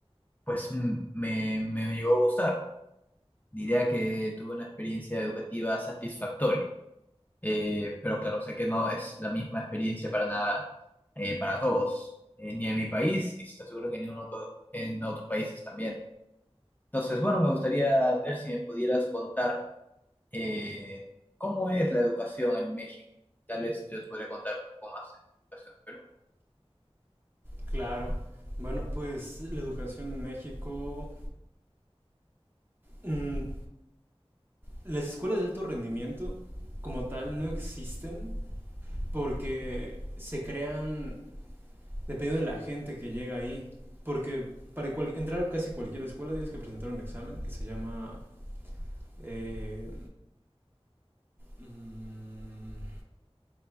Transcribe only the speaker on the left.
pues mm, me, me llegó a gustar. Diría que tuve una experiencia educativa satisfactoria, Eh, pero claro, sé que no es la misma experiencia para nada, eh, para todos, eh, ni en mi país y estoy seguro que en ningún otro, en otros países también. Entonces, bueno, me gustaría ver si me pudieras contar eh, ¿cómo es la educación en México? Tal vez yo te podría contar un poco más de educación en Perú.